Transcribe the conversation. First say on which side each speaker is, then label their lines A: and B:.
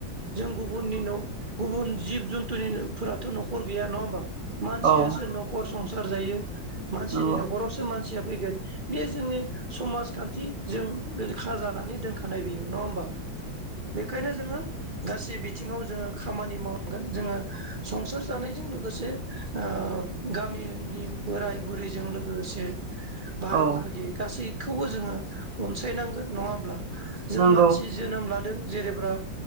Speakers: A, on the right; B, on the right.
A: जों गुबुननि न' गुबुन जिब जुन्थुनिफोराथ' न'खर गैया नङा होमबा मानसियासो
B: औ
A: न'खर संसार जायो मानसिनि
B: नंगौ
A: न'खराव मानसिया फैगोन बे जोंनि समाजखान्थि जों रोखा जानानै दोन खानाय बियो नङा होमबा बेखायनो जोङो गासै बिथिङाव जोङो खामानि मावगोन जोङो संसार जानायजों लोगोसे ओ गामिनि बोराय बुरैजों लोगोसे भाय
B: औ
A: बागि गासैखौबो जोङो अनसायनांगोन नङा होमब्ला जों
B: नंगौ
A: मानसि जोनोम लादों जेरेब्रा